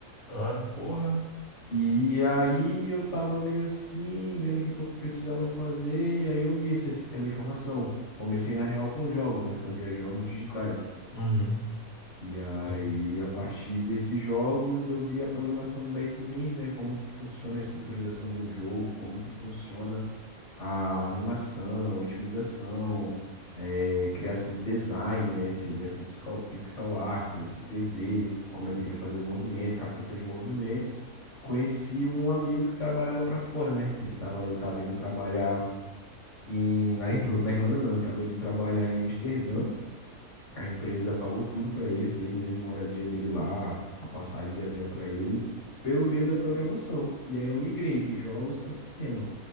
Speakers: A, on the left; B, on the left.
A: Ah, porra.
B: E aí eu tava meio assim, vendo o que que eu precisava fazer e aí eu vi esse sistema de formação. Comecei na real com jogos, né? Fazia jogos digitais.
A: Uhum.
B: E aí,
A: Sim.
B: a partir desses jogos, eu vi a programação do back-end, né? Como que funciona a estruturização de um jogo, como que funciona a animação, otimização, eh, criação do design, né? Se ele vai ser pixel pixel art, se ele vai ser 3D, como é que ele vai fazer o movimento, captação de movimentos. Conheci um amigo que trabalhava para fora, né? Ele tava, ele tava indo trabalhar em, na Irlanda, na Irlanda não, ele tava indo trabalhar em Amsterdã. A empresa pagou tudo para ele, três meses de moradia dele lá, a passagem de avião para ele, pelo meio da programação. E aí eu migrei de jogos para sistema.